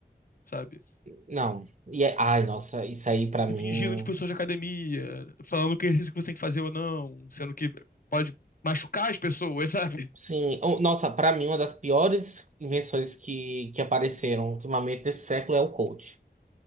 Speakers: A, on the left; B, on the right.
A: sabe?
B: Não. E é- ai, nossa, isso aí pra
A: e
B: mim.
A: fingindo de pessoas de academia, falando que exercício que você tem que fazer ou não, sendo que pode machucar as pessoas, sabe?
B: Sim, o- nossa, pra mim uma das piores invenções que, que apareceram ultimamente nesse século é o coach,